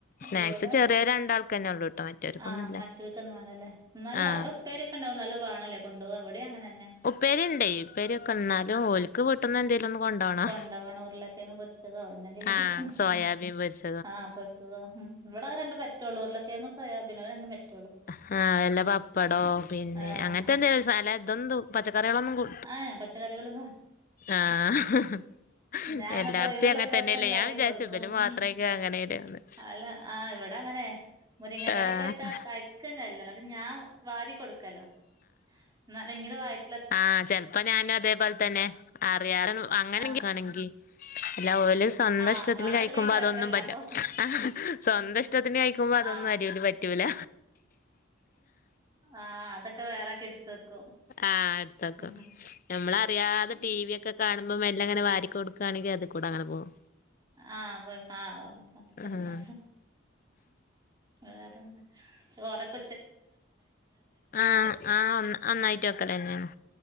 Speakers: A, on the left; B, on the right.
A: സ്നാക്സ്
B: ഇവിടെ
A: ചെറിയ രണ്ടാൾക്ക് തന്നെ ഉള്ളൂട്ടോ മറ്റവർക്കൊന്നുല്ല
B: ആഹ് മറ്റോർക്കൊന്നും വേണ്ടല്ലേ എന്നാലും
A: ആഹ്
B: അവിടെ ഉപ്പേരി ഒക്കെണ്ടാവും എന്നാലും വേണല്ലേ കൊണ്ട് പോവാൻ ഇവിടെയും അങ്ങനെ തന്നെ
A: ഉപ്പേരി ഉണ്ടേ ഉപ്പേരി ഒക്കെ എന്നാലും ഓൽ ക്ക് വീട്ടിന്ന് എന്തേലൊന്ന് കൊണ്ട് പോണം
B: കൊണ്ടോവണം ഉരുളക്കിഴങ്ങ് പൊരിച്ചതോ എന്തെങ്കിലായിട്ട്
A: ആഹ്
B: കൊണ്ടോണം
A: സൊയാബീൻ പൊരിച്
B: ആഹ് പൊരിച്ചതോ ഉം ഇവിടെ രണ്ട് പറ്റൊള്ളൂ ഉരുളക്കിഴങ്ങും സോയാബീനും അത് രണ്ടും പറ്റൊള്ളൂ
A: ആഹ് വല്ല പപ്പടോ പിന്നെ
B: ആഹ്
A: അങ്ങനത്തന്നെ അല്ലാത ഇതെന്തു പച്ചക്കറികളൊന്നും കു
B: ആഹ് പച്ചക്കറികളൊന്നും
A: ആഹ്
B: ഞാൻ എന്നിട്ട്
A: എല്ലാടത്തും
B: ഒഴിവുള്ള
A: അങ്ങനെ
B: ദിവസം
A: തന്നെയല്ലേ
B: ഉണ്ടാക്കി
A: ഞാൻ വിചാരിച്ചു
B: കൊട് ക്കും
A: ഇബല്
B: ഉം
A: മാത്രായിക്കും അങ്ങനെയാണ്ന്ന്
B: അല്ല ആഹ് ഇവടങ്ങനെ മുരിങ്ങ കറിക്ക
A: ആഹ്
B: വെച്ചാ കയ് ക്കന്നല്ല എന്നട്ട് ഞാ വാരി കൊട്ക്കല എന്നാലെങ്കിലും വായി
A: ആഹ് ചെലപ്പ നാനും അതെപോൽ തന്നെ അറിയാറുൾ അങ്ങനെങ്കി
B: ആഹ്
A: കയികാണെങ്കി ഇല്ല ഓല് സ് സ്വന്ത
B: ആഹ്
A: ഇഷ്ടത്തിന്
B: വാരി
A: കയ്ക്കുമ്പോ
B: കൊടുക്കാണെ കൊഴപ്പല്ല
A: അതൊന്നും പറ്റ്ല
B: അപ്പൊ
A: അഹ സ്വന്ത ഇഷ്ടത്തിന് കയ്ക്കുമ്പോ അതൊന്നും
B: ആഹ്
A: അരുല് പറ്റ് റ്റൂല
B: ആഹ് അതെക്ക വേറാക്കി ഇട്ത്ത് വെക്കും
A: ആഹ് എട്ത്ത് വെക്കും
B: ഉം
A: നമ്മളറിയാതെ
B: ഉം
A: ടി വി യെക്ക കാണ് മ്പം മെല്ല അങ്ങനെ വാരി കൊട്ക്കാണെങ്കി അത്ക്കുട അങ്ങന പോവും
B: ആഹ് കൊ ആഹോ പ്രശ്ന
A: ആഹ്
B: വേറെന്താ ചോറെക്ക
A: ആഹ് അഹ് ഒന്നായിട്ട് വെക്കല് തന്നെയാണ്